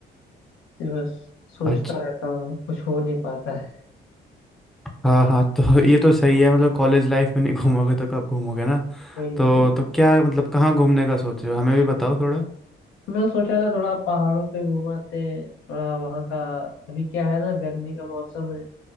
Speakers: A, on the left; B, in the centre.
A: सिर्फ बस सोचता
B: अच्छा
A: रहता हूँ कुछ हो नहीं पाता है
B: हाँ हाँ तो <laughs> ये तो सही है मतलब कॉलेज लाइफ में नहीं <laughs> घूमोगे तो कब घूमोगे ना
A: वही
B: तो
A: वही
B: तो क्या मतलब कहाँ घूमने का सोच रहे हो हमें भी बताओ थोड़ा
A: मैं सोच रहा था थोड़ा पहाड़ों पे घुमाते हैं, थोड़ा वहाँ का अभी क्या है ना गर्मी का मौसम है